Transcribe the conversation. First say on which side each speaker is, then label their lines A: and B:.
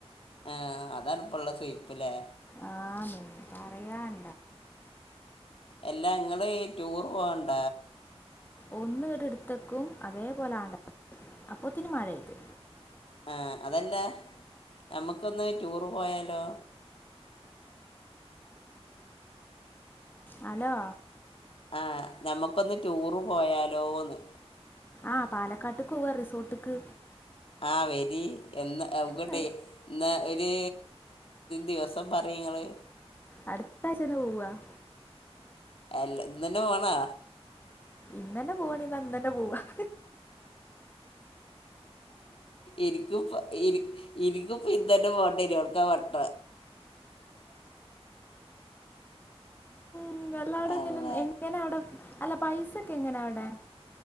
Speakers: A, on the left (about 60°); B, on the left (about 20°).
A: ആഹ് അതാണ് ഇപ്പോൾ ഉള്ള സുയിപ്പ് ലെ
B: ആ പറയാൻ
A: എല്ലാ ഇങ്ങള് ടൂർ പോവാർണ്ട
B: ഒന്ന് ഒ <unintelligible> ടതേക്കും അതേപോലെ ആ <unintelligible> അപ്പൊത്തിനി മഴ പെയ്തു
A: ആ അതല്ല നമുക്കൊന്ന് ടൂറ് പോയാലോ?
B: ഹലോ
A: ആഹ് നമ്മക്കൊന്ന് ടൂറ് പോയാലോന്ന്
B: ആഹ് പാലക്കാട്ടക്ക് പോവാം റിസോർട്ട്ക്ക്
A: ആഹ് വരി എന്ന അ <unintelligible>
B: ഹൈ,
A: ടെ എന്നാ ഒരു ദിവസം പറയ് നിങ്ങള്
B: അടുത്ത ആഴ്ച്ചന്നെ പോവാം
A: അല്ല ഇന്ന് ന്നെ പോണോ
B: ഇന്നന്നെ പോവാണേ ന്നാ ഇന്നന്നെ പോവാം
A: ഇനിക്കും ഇപ്പ ഇനി ഇനിയിക്കും ഇപ്പോ ഇന്നുതന്നെ പോണ്ടയ രോ അവട്ക്കാ വട്ട
B: മ് എല്ലാടെ
A: അല്ല
B: ഇങ്ങനെ എ എങ്ങന അവിടെ അല്ല പൈസൊക്കെ എങ്ങനാ അവിടെ